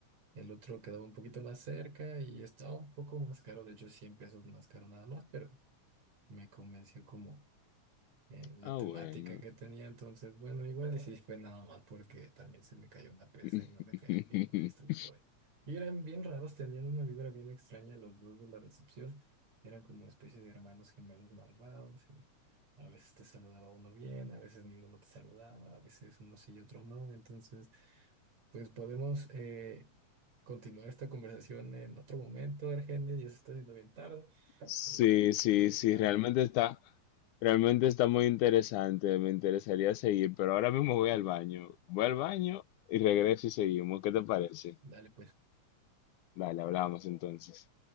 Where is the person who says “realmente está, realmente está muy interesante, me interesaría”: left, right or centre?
Left